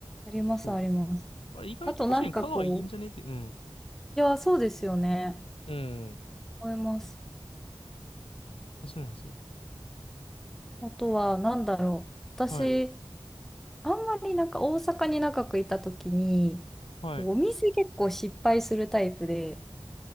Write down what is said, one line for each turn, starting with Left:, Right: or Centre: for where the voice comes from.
Centre: あります、
Left: そう。
Centre: あります。
Left: あれ、意外と確かに香川いいんじゃねって、
Centre: あとなんかこう、
Left: うん。
Centre: いや、そうですよね。
Left: うん。
Centre: 思います。
Left: そうなんですよ。
Centre: あとは、なんだろう。私、
Left: はい。
Centre: あんまりなんか大阪に長くいた時に、
Left: はい。
Centre: お店結構失敗するタイプで、